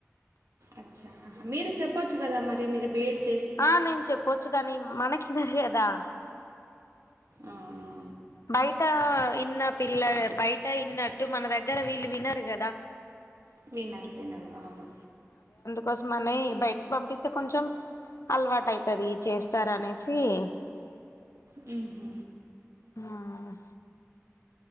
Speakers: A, on the right; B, on the left.
A: అచ్చా అహా మీరు చెప్పొచ్చు కదా మరి మీరు బియడ్
B: ఆ నేను చెప్పొచ్చు కాని మనకి తెలియదా
A: అవును
B: బయట ఇన్న పిల్ల బయ బయట విన్నట్టు మన దగ్గర వీళ్ళు వినరు గదా
A: వినరు వినరు అవును
B: కోసంమనే బయటికి పంపిస్తా అయితే కొంచెం అలవాటు ఐతది చేస్తారనేసి క్చి
A: హూ ఉమ్
B: అవును